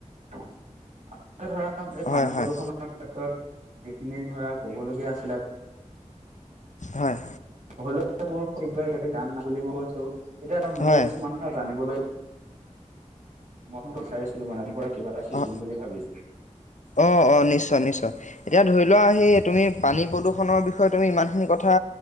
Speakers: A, on the right (about 80°); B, on the left (about 70°).
A: <unintelligible> ধৰা এই
B: হয়
A: পানী
B: হয়
A: প্ৰদূষণ ক্ষেত্ৰত যিখিনি ধৰা ক'বলগীয়া আছিলে
B: হয়।
A: হলেও মোৰ হিদয়ে যাতে দান মান বুলি মই কৈছো, এতিয়া এটা মোৰো
B: হয়
A: কিছুমান থা জানিবলৈ, মই বিচাৰিছিলো মানে কিবা এটা শিকিম
B: অ
A: বুলি ভাবিছোঁ।
B: অ অ নিশ্চয় নিশ্চয়। এতিয়া ধৰি লোৱা আহি তুমি পানী প্ৰদূষণৰ বিষয়ে তুমি ইমানখিনি কথা